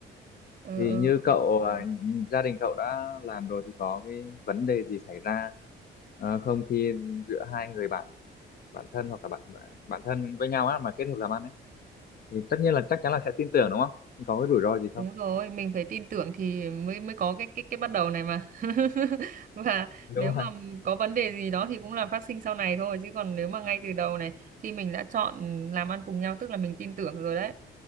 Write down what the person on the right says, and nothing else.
Ừ.
ừ.
Đúng rồi, mình phải tin tưởng thì mới mới có cái cái cái bắt đầu này mà. <laughs> Và
nếu mà
có vấn đề gì đó thì cũng là phát sinh sau này thôi chứ còn nếu mà ngay từ đầu này khi mình đã chọn làm ăn cùng nhau tức là mình tin tưởng rồi đấy.